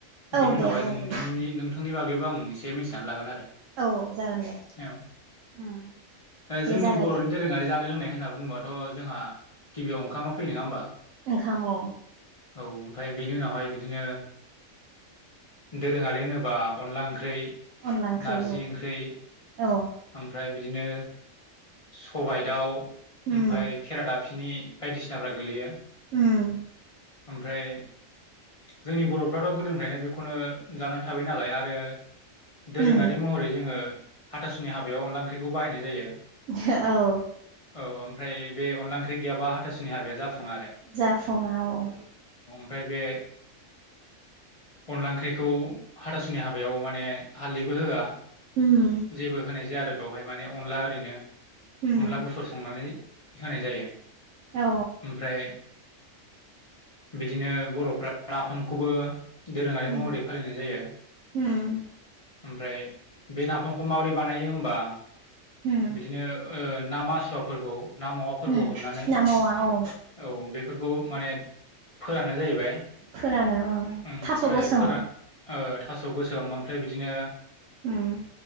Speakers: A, on the right (about 75°); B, on the left (about 35°).
A: औ
B: बेनि उनावहाय
A: दे बुंग्रो
B: नोंथांनि नोंथांनि बागैबो आं एसे मिथिनानै लागोन आरो।
A: औ जागोन दे
B: औ
A: उम
B: ओ
A: दे
B: जोंनि
A: जागायदो
B: बर'नि दोरोङारि जानाय लोंनाय होनोबा। बुंबाथ जोंहा गिबियाव ओंखामा फैयो नङा होनोमबा?
A: ओंखाम‌ औ।
B: औ ओमफ्राय बेनि उनावहाय बिदिनो। दोरोङारि होनोबा अनला ओंख्रि,
A: अनला ओंख्रि
B: नारजि
A: औ
B: ओंख्रि
A: औ
B: ओमफ्राय, बिदिनो सबाइ दाउ,
A: उम
B: ओमफाय खेरादाफिनि। बिनि बायदिसिनाफ्रा गोलैयो।
A: ओम।
B: ओमफ्राय। जोंनि बर'फ्राथ' गोदोनिफ्रायनो बेखौनो जानानै थाबाय नालाय आरो। दोरोङारि
A: उम
B: महरै जोङो हाथासुनि हाबायाव अनला ओंख्रिखौ बाहायनाय जायो।
A: हो औ।
B: औ ओमफ्राय बे अनला ओंख्रि गैयाबा हाथासुनि हाबाया जाफुङो आरो
A: जाफुङाव औ।
B: ओमफ्राय बे अनला ओंख्रिखौ हाथासुनि हाबायाव माने हालदैबो होआ।
A: उम
B: जेबो होनाय जाया आरो बेवहाय माने अनला ओरैनो
A: उम
B: अनला गुफुर संनानै। होनाय जायो
A: औ
B: ओमफ्राय। बिदिनो बर'फ्रा नाफामखौबो। दोरोङारि
A: उम
B: महरै फालिनाय जायो
A: उम
B: ओमफ्राय। बे नाफामखौ माबोरै बानायो होबा
A: उम
B: बिदिनो ओ। ना मासुवाफोरखौ ना मावाफोरखौ
A: उम
B: हमनानै
A: ना मावा औ
B: औ बेफोरखौ माने। फोरानो जाहैबाय
A: फोरानो उम
B: ओम
A: थास'
B: ओमफ्राय
A: गोसोम
B: फोरा--ओ। थास' गोसोम ओमफ्राय बिदिनो।
A: ओम।